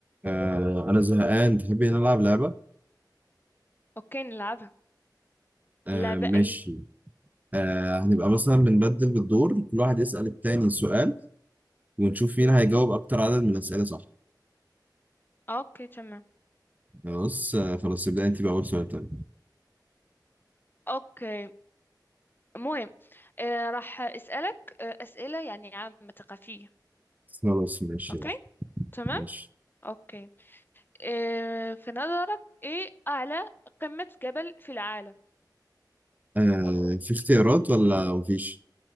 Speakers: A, on the right; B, on the left.
A: آه انا زهقان تحبي نلعب لعبة
B: اوكي نلعبها
A: آه
B: اللعبة
A: ماشي
B: ايه
A: آه هنبقى مثلا بنبدل بالدور كل واحد يسأل التاني سؤال ونشوف مين هيجاوب اكتر عدد من الأسئلة صح
B: اوكي تمام
A: خلاص آه خلاص ابدأ انت بأول سؤال طيب
B: اوكي مهم آه راح اسألك آه اسئلة يعني عامة ثقافية
A: خلاص ماشي
B: اوكي
A: يلا.
B: تمام
A: ماشي
B: اوكي آه في نظرك ايه اعلى قمة جبل في العالم
A: آه في اختيارات ولا مفيش